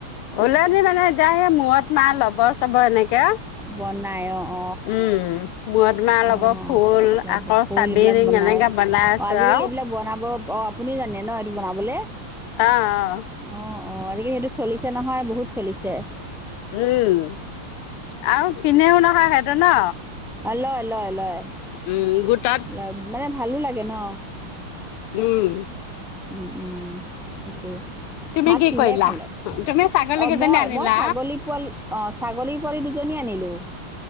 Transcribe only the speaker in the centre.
বনায় অঁ
অঁ
ল'বো
শোল
এইবিলাক বনায়।
অঁ আজিকালি
এইবিলাক বনাব অ' আপুনিও জানে ন এইটো বনাবলে?
অ', অ', আজিকালি সেইটো চলিছে নহয়, বহুত চলিছে।
অ' লয় লয় লয়,
লয় মানে ভালো লাগে ন'।
উম, উম, তাকে।
ভাত
কিহেৰে
খালে?
অ'
মই
মই ছাগলী পোৱালি অ' ছাগলী পোৱালী দুজনী আনিলোঁ,